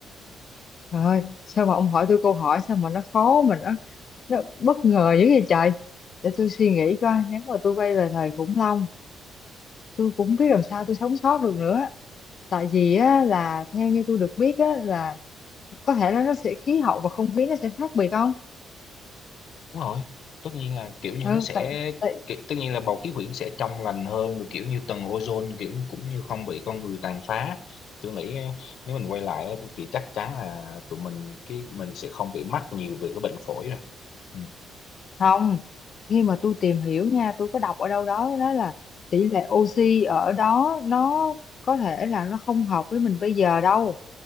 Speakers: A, on the left; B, on the left.
A: trời ơi sao mà ông hỏi tôi câu hỏi sao mà nó khó mà nó nó bất ngờ dữ vậy trời để tôi suy nghĩ coi nếu mà tôi quay về thời khủng long tôi cũng không biết làm sao tôi sống sót được nữa tại vì á là theo như tôi được biết á là có thể là nó sẽ khí hậu và không khí nó sẽ khác biệt không
B: Đúng rồi, tất nhiên là kiểu như
A: ừ,
B: nó sẽ
A: tại, tại
B: ki- tất nhiên là bầu khí quyển sẽ trong lành hơn rồi kiểu như tầng ozone kiểu cũng như không bị con người tàn phá. Tôi nghĩ eh, nếu mình quay lại thì thì chắc chắn là tụi mình cái mình sẽ không bị mắc nhiều về cái bệnh phổi rồi. Ừ,
A: không khi mà tôi tìm hiểu nha tôi có đọc ở đâu đó đó là tỷ lệ oxy ở đó nó có thể là nó không hợp với mình bây giờ đâu